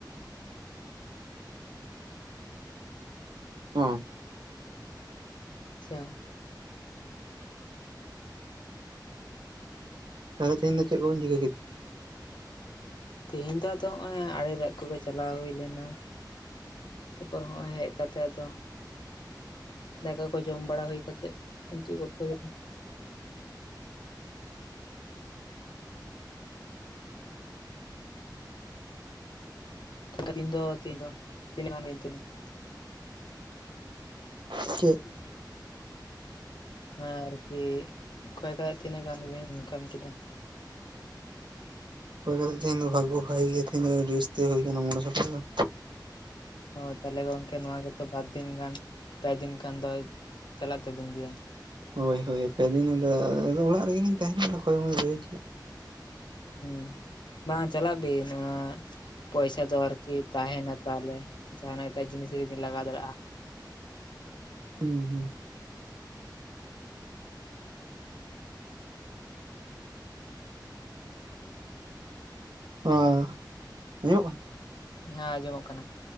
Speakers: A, on the right (about 85°); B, on the left (about 80°).
A: ᱚ᱾
B: ᱟᱪᱪᱷᱟ᱾
A: ᱛᱟᱦᱞᱮ ᱛᱤᱦᱤᱧ ᱫᱚ ᱪᱮᱫ ᱠᱚ ᱵᱤᱱ ᱪᱤᱠᱟᱹ ᱠᱮᱫᱟ?
B: ᱛᱤᱦᱤᱧ ᱫᱚ ᱟᱫᱚ ᱦᱚᱸᱜ-ᱚᱭ ᱟᱲᱮ ᱨᱮᱡ ᱠᱚᱜᱮ ᱪᱟᱞᱟᱣ ᱦᱩᱭ ᱞᱮᱱᱟ᱾ ᱛᱟᱯᱚᱨ ᱦᱚᱸᱜ-ᱚᱭ ᱦᱮᱡ ᱠᱟᱛᱮ ᱟᱫᱚ ᱫᱟᱠᱟ ᱠᱚ ᱡᱚᱢ ᱵᱟᱲᱟ ᱦᱩᱭ ᱠᱟᱛᱮᱫ ᱱᱤᱛᱚᱜ ᱜᱚᱞᱯᱚᱣ ᱫᱟᱞᱤᱧ᱾ ᱟᱵᱤᱱ ᱫᱚ ᱛᱤᱱ ᱫᱚ ᱛᱤᱱᱟᱹᱜ ᱜᱟᱱ ᱵᱤᱱ <unintelligible>
A: ᱪᱮᱫ?
B: <inaudible> ᱦᱮᱸ ᱟᱨᱠᱤ ᱚᱠᱚᱭ ᱚᱠᱚᱭᱟᱜ ᱛᱤᱱᱟᱹᱜ ᱜᱟᱱ ᱵᱤᱱ ᱤᱱᱠᱟᱢ ᱠᱮᱫᱟ?
A: ᱦᱳᱭ ᱠᱟᱛᱮ ᱛᱤᱦᱤᱧ ᱫᱚ ᱵᱷᱟᱜᱜᱳ ᱵᱷᱟᱜᱮ ᱜᱮᱭᱟ ᱛᱮᱦᱤᱧ ᱫᱚ ᱟᱹᱰᱤ ᱩᱥᱛᱟᱹᱭ ᱦᱩᱭ ᱠᱟᱱᱟ, ᱢᱚᱲᱮ ᱥᱚ ᱴᱟᱠᱟ ᱜᱟᱱ᱾
B: ᱦᱳᱭ ᱛᱟᱦᱞᱮ ᱜᱚᱝᱠᱮ ᱱᱚᱣᱟ ᱜᱮᱛᱚ ᱵᱟᱨ ᱫᱤᱱ ᱜᱟᱱ ᱯᱮ ᱫᱤᱱ ᱜᱟᱱ ᱫᱚᱭ ᱪᱟᱞᱟᱜ ᱛᱟᱵᱤᱱ ᱜᱮᱭᱟ᱾
A: ᱦᱳᱭ ᱦᱳᱭ ᱯᱮᱫᱤᱱ ᱟᱫᱚ ᱟᱫᱚ ᱚᱲᱟᱜ ᱨᱮᱜᱮᱞᱤᱧ ᱛᱟᱦᱮᱱᱟ ᱟᱫᱚ ᱠᱷᱚᱭ-ᱢᱚᱭ ᱵᱟᱹᱧ ᱪᱟᱞᱟᱜᱼᱟ᱾
B: ᱦᱩᱸ ᱵᱟᱝ ᱪᱟᱞᱟᱜ ᱵᱤᱱ ᱚᱱᱟ ᱯᱚᱭᱥᱟ ᱫᱚ ᱟᱨᱠᱤ ᱛᱟᱦᱮᱱᱟ ᱛᱟᱦᱞᱮ ᱡᱟᱦᱟᱸᱱᱟᱜ ᱮᱴᱟᱜ ᱡᱤᱱᱤᱥ ᱨᱮᱵᱤᱱ ᱞᱟᱜᱟᱣ ᱫᱟᱲᱮᱜᱼᱟ ᱾
A: ᱦᱩᱸ ᱦᱩᱸ ᱟᱸ ᱟᱸᱡᱚᱢᱚᱜ <unintelligible>
B: ᱦᱮᱸ ᱟᱸᱡᱚᱢᱚᱜ ᱠᱟᱱᱟ